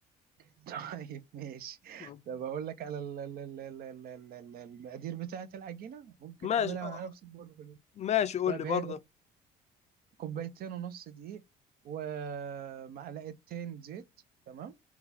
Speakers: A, on the right; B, on the left.
A: <laughs> طيب ماشي
B: مم.
A: ده بقول لك على ال- ال- ال- ال- ال- ال- ال- المقادير بتاعة العجينة ممكن
B: ماشي
A: تعملها
B: آه،
A: مع نفسك برضه في البيت
B: ماشي قول
A: طيب
B: لي برضه
A: هي كوبايتين ونص دقيق ومعلقتين زيت تمام